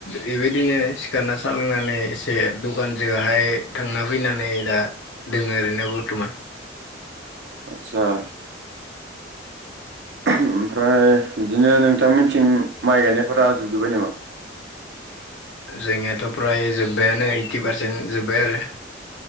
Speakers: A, on the left; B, on the right.
A: बेबायदिनो सिखारना सा लोंनानै एसे दखानजोंहाय थांना फैनानै नै दा दोङो ओरैनो बर्थमान
B: आतसा ओमफ्राय बिदिनो नोंथांमिथिं माइ गायनायफोरा जोबजोब्बाय नामा
A: जोंनियाथ' फ्राय जोब्बायानो ओइटि पारसेन्ट जोब्बाय आरो